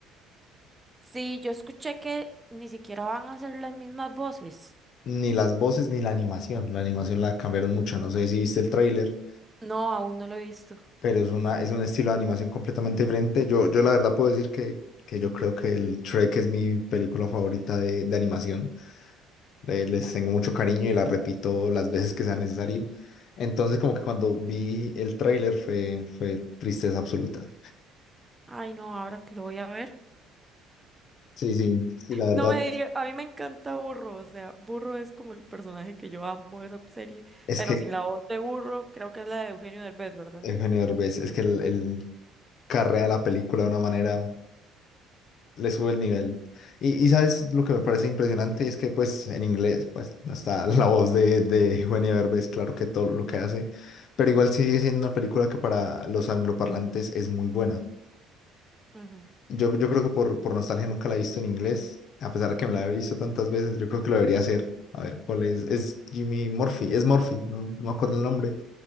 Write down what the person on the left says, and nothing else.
Ni las voces ni la animación. La animación la cambiaron mucho. No sé si viste el tráiler,
pero es una, es un estilo de animación completamente diferente. Yo, yo la verdad puedo decir que, que yo creo que el Shrek es mi película favorita de, de animación. Le- les tengo mucho cariño y la repito las veces que sea necesario. Entonces, como que cuando vi el tráiler fue, fue tristeza absoluta.
Sí, sí, sí, la verdad.
Es
que
Eugenio Derbez, es que el, el- carrea la película de una manera, le sube el nivel. Y, y sabes lo que me parece impresionante es que pues en inglés pues no está <laughs> la voz de, de Eugenio Derbez, claro que todo lo que hace, pero igual sigue siendo una película que para los angloparlantes es muy buena.
Yo, yo creo que por, por nostalgia nunca la he visto en inglés, a pesar de que me la he visto tantas veces, yo creo que lo debería hacer. A ver, ¿cuál es? Es Jimmy Murphy, es Murphy, no, no me acuerdo el nombre,